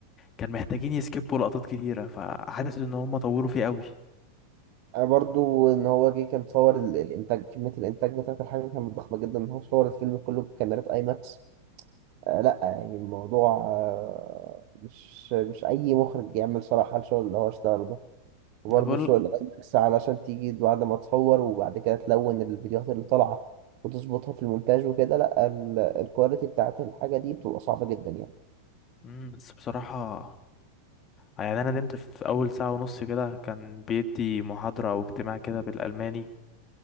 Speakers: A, on the left; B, on the right.
A: كان محتاجين يسكيبوا لقطات كتيرة فحاسس ان هم طوروا فيه قوي
B: برضه إن هو جه كان صور ال- الإنتاج كمية الإنتاج بتاعت الحاجة كانت ضخمة جدا إن هو صور الفيلم كله بكاميرات أي ماكس آه، لا يعني الموضوع آه، مش مش اي مخرج يعمل صراحة الشغل اللي هو اشتغله ده وبرضه
A: انا بقول
B: الشغل اللي بس علشان تيجي بعد ما تصور وبعد كده تلون الفيديوهات اللي طالعة وتظبطها في المونتاج وكده لا ال- الكواليتي بتاعت الحاجة دي بتبقى صعبة جدا يعني
A: مم، بس بصراحة يعني انا نمت في اول ساعة ونص كده كان بيدي محاضرة او اجتماع كده بالالماني